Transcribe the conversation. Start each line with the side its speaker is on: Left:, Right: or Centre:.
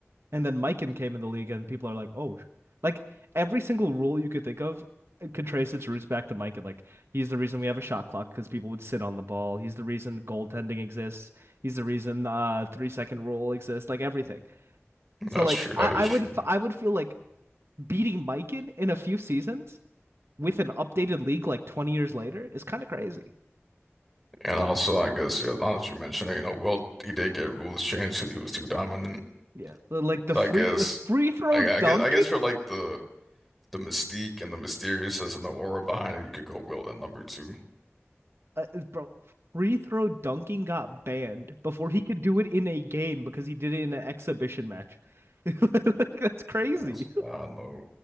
Right: And then Mikan came in the league, and people are like, oh, like every single rule you could think of could trace its roots back to Mikan. Like he's the reason we have a shot clock because people would sit on the ball. He's the reason goaltending exists. He's the reason uh three second rule exists. Like everything. So
Centre: that's
Right: like
Centre: true. That
Right: I,
Centre: is
Right: I
Centre: true.
Right: would I would feel like beating Mikan in a few seasons with an updated league like 20 years later is kind of crazy.
Centre: And also, I guess yeah, now that you mentioned, it, you know, Wilt he did get rules changed because he was too dominant.
Right: Yeah, like the
Centre: So
Right: free
Centre: I guess,
Right: free throw
Centre: I,
Right: dunking
Centre: I guess, I guess for like the the mystique and the mysteriousness and the aura behind it, you could go Wilt at number two.
Right: uh, bro, free throw dunking got banned before he could do it in a game because he did it in an exhibition match. <laughs> Like, that's crazy.
Centre: That's- I don't know,